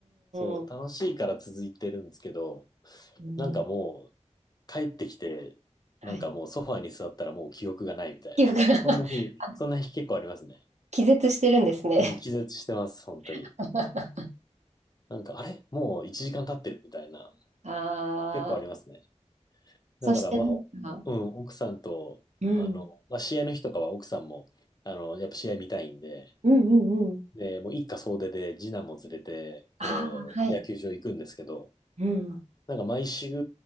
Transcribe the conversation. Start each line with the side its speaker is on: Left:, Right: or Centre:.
Left: そう、
Right: うんうん
Left: 楽しいから続いてるんですけど、
Right: うん。
Left: なんかもう
Right: うん
Left: 帰ってきて、
Right: はい。
Left: なんかもうソファーに座ったらもう記憶がないみたいな。
Right: <laughs> 記憶が
Left: そんな日、
Right: <laughs> あ
Left: そんな日結構ありますね。
Right: 気絶してるんですね。
Left: うん、気絶してます、本当に。
Right: <laughs>
Left: なんか、あれもう1時間経ってるみたいな。
Right: ああ、
Left: 結構ありますね。
Right: そしてなんか、
Left: だからまあ、うん、奥さんと、
Right: うん、
Left: あの、まあ、試合の日とかは奥さんも、あの、やっぱ試合見たいんで、
Right: うんうんうん。
Left: で、もう一家総出で次男も連れて、こう、
Right: ああ、はい。
Left: 野球場行くんですけど、
Right: うん。
Left: なんか毎週